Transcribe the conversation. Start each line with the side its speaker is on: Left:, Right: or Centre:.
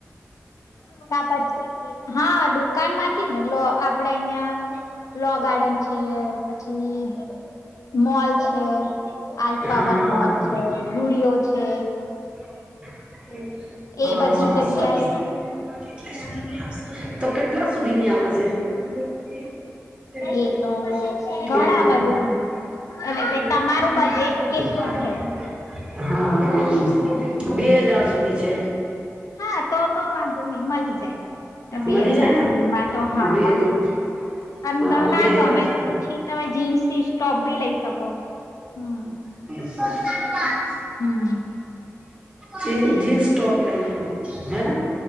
Left: ત પછી હા દુકાન માંથી ને લો આપડે અહિયાં લો ગાર્ડન છે પછી મોલ છે આલ્ફાવન
Right: હા
Left: મોલ છે જુડિયો છે
Right: હમ હ
Left: એ બધી જગ્યાએ
Right: સરું તો કેટલા સુધીની
Left: એ
Right: આવે
Left: તો ઘણા
Right: છે
Left: બધું એટલે
Right: કેટલે
Left: ભ તમારું બજેટ કેટલું
Right: હા
Left: છે
Right: હા બે હજાર સુધી છે
Left: હા તો તો વાંધો નહી મળી જાય બે
Right: મળી
Left: હજાર
Right: જાય ને
Left: સુધી માં તો હા
Right: બે હજાર
Left: મળી જાય અને
Right: હા
Left: ના
Right: બે
Left: ગમે
Right: હજાર સુધી
Left: તો પછી તમે જીન્સ થી સ ટોપ ભી લઈ શકો હમ
Right: હ
Left: હમ
Right: જી જીન્સ ટોપ લઈ લેનું હેના